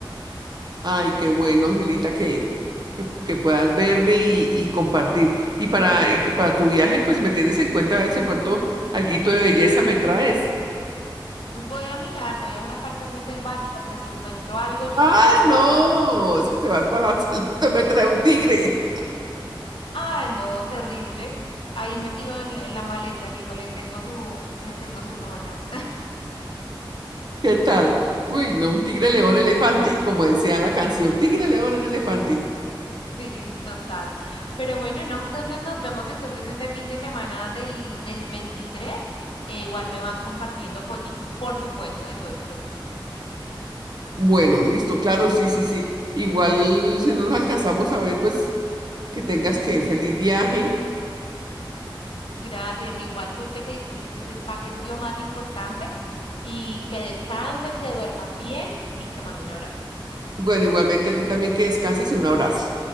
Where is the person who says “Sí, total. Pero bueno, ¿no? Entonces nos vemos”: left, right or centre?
Left